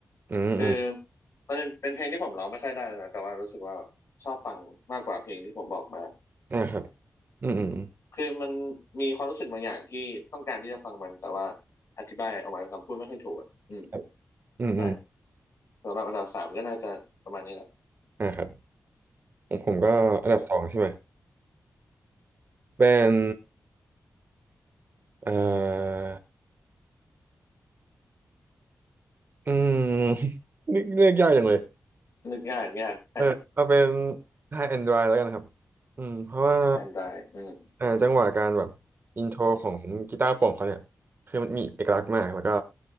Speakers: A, on the right (about 40°); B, on the left (about 60°).
A: อืมอืม
B: คือมันเป็นเพลงที่ผมร้องไม่ค่อยได้นะแต่ว่ารู้สึกว่าชอบฟังมากกว่าเพลงที่ผมบอกมา
A: อ่าครับอืมอืมอืม
B: คือมันมีความรู้สึกบางอย่างที่ต้องการที่จะฟังมันแต่ว่าอธิบายออกมาเป็นคำพูดไม่ค่อยถูกอ่ะอืม
A: ครับอืมอืม
B: ใช่สำหรับอันดับสามก็น่าจะประมาณนี้แหละ
A: อ่าครับผมผมก็อันดับสองใช่ไหม
B: อืม
A: เป็นเอ่ออืม <laughs> นึกเลือกยากจังเลย
B: นึกง่ายนึกง่ายแฟน
A: เออเอาเป็น High and Dry แล้วกันครับอืมเพราะว่า
B: แฟนรายอืม
A: อ่าจังหวะการแบบอินโทรของกีตาร์โปร่งเขาเนี่ยคือมันมีเอกลักษณ์มากแล้วก็